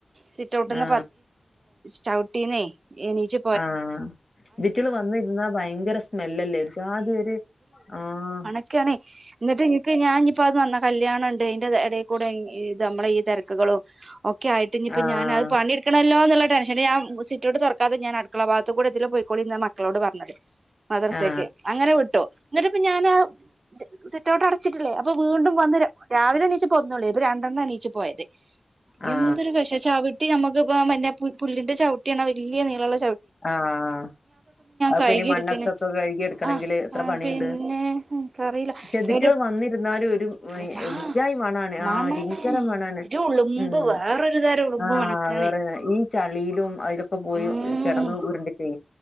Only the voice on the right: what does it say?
സിറ്റൗട്ടന്ന്
ചവിട്ടീന്നേ എനീച്ച്
ക്കണേ ന്നെട്ട് ഞാനിപ്പ അവുടുന്ന് കല്യാണണ്ട് അയ്ന്റെ എടെക്കൂടെ ഇത് മ്മളെ ഈ തെരക്കുകലും. ഓക്കെ ആയിട്ട് നിപ്പോ
ഞാന് അത് പണിട്ക്കണല്ലോന്ന്ള്ള ടെൻഷൻല് സിറ്റോട്ട് തൊർക്കാതെ ഞൻ ക്കള ഭാഗത്ത് കൂടെ ഇതിലെ പോയിക്കോളിന്നാ മക്കളോട് പറഞ്ഞത് മദ്രസേക്ക്
അങ്ങനെ വിട്ടു ന്നേട്ട് ഞാനാ സിറ്റ് ഔട്ട് അടച്ചിട്ടില്ലേ അപ്പ വീണ്ടും വന്ന് രാവിലെ എണീച്ചപ്പോ ഒന്നൊ ള്ളേ ഇപ്പൊ രണ്ടെണ്ണം എണീച്ച് പോയത്
എന്തെരു പശേ ചവിട്ടി നമ്മുക്ക് പ്പോ മറ്റേ പുല്ലിന്റെ ചവിട്ടിയാണ് ആ വല്യ നീളല്ലെ
കഴുകി
എടുക്കണ്
ആഹ്
ആഹ്
പിന്നെ എനിക്കറിയില്ല
എന്റെ
പൂജാ
മണാണ്
ഒരു ഉളുമ്പ്
വേറൊരു തരം ഉളുമ്പ്
മണക്കാണ്
ഉം